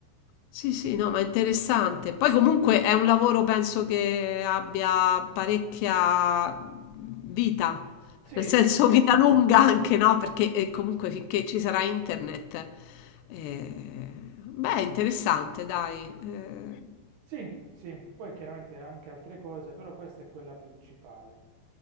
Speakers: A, on the left; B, on the right.
A: Sì, sì, no, ma è interessante. Poi comunque è un lavoro, penso che abbia parecchia vita,
B: Sì,
A: nel senso
B: sì.
A: <laughs> vita lunga anche, no? Perché eh,
B: Mhm.
A: comunque finché ci sarà internet. eh, beh, è interessante, dai. eh,
B: Sì, sì, poi chiaramente anche altre cose, però questa è quella principale,